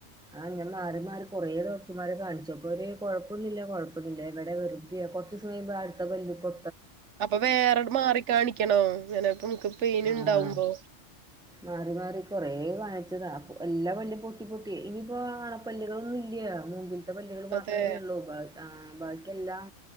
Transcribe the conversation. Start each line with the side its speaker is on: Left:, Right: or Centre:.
Centre: ആഹ് ഞാൻ മാറി മാറി കൊറേ ഡോക്ടർമാരെ കാണിച്ചു അപ്പൊര് കൊഴപ്പൊന്നില്ല കൊഴപ്പൊന്നില്ല എവടെ വെറുതെയാ കുറച്ചൂസം കഴിയുമ്പൊ അടുത്ത പല്ല് ഇപ്പൊ
Right: അപ്പൊ വേറെ മാറി കാണിക്കണോ ഇങ്ങനെ ഇപ്പ നമുക്ക് പെയിൻ
Centre: ആഹ്
Right: ഇണ്ടാവുമ്പോ
Centre: മാറി മാറി കൊറേ വാങ്ങിച്ചതാപ്പൊ എല്ലാ പല്ലും പൊട്ടി പൊട്ടിയ ഇനിയിപ്പോ അ ണപ്പല്ലുകളൊന്നുമല്ലോ മുമ്പിൽ പല്ലുകൾ മാത്രമേ
Right: അതെ
Centre: ഉള്ളൂ ഉപാധി ആ ബാക്കിയെല്ലാം